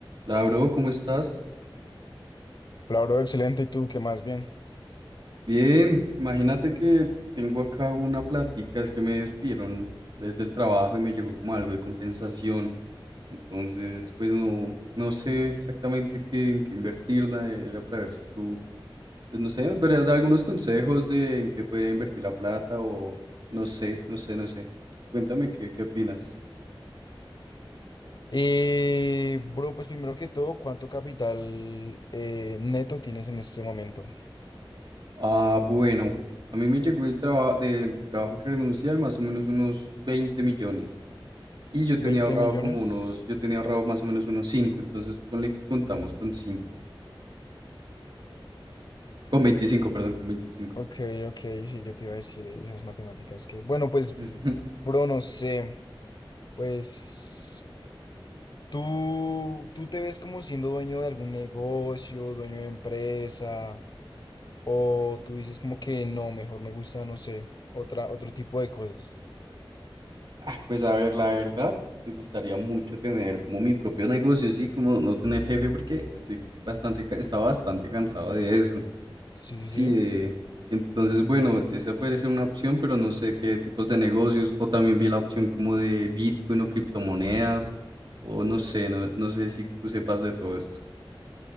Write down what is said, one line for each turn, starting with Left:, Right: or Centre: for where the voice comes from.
Right: Hola, ¿cómo estás?
Left: Hola, bro, excelente. ¿Y tú qué más? Bien.
Right: Bien, imagínate que tengo acá una plática, es que me despidieron desde el trabajo y me llegó como algo de compensación. Entonces, pues no, no sé exactamente qué, en qué invertirla, era para ver si tú, pues no sé, me podrías dar algunos consejos de en qué podría invertir la plata o no sé, no sé, no sé. Cuéntame qué, qué opinas.
Left: Eh, bro, pues primero que todo, ¿cuánto capital eh, neto tienes en este momento?
Right: Ah, bueno, a mí me llegó el trabajo del trabajo que renuncié de más o menos unos 20 millones. Y yo
Left: ¿20
Right: tenía ahorrado
Left: millones?
Right: como unos, yo tenía ahorrado más o menos unos cinco entonces ponle que contamos con 5 con veinticinco perdón, con veinticinco
Left: Ok, ok, sí, yo te iba a decir eh, esas matemáticas que... Bueno, pues,
Right: <laughs>
Left: bro, no sé. Pues, ¿tú, tú te ves como siendo dueño de algún negocio, dueño de empresa? ¿O tú dices como que no, mejor me gusta, no sé, otra, otro tipo de cosas?
Right: Ah, pues a ver, la verdad, me gustaría mucho tener como mi propio negocio, sí, como no tener jefe, porque estoy bastante, ca- estaba bastante cansado de eso.
Left: Sí, sí,
Right: Sí,
Left: sí.
Right: de... Entonces, bueno, esa puede ser una opción, pero no sé qué tipos de negocios, o también vi la opción como de Bitcoin o criptomonedas, o no sé, no, no sé si tú sepas de todo esto.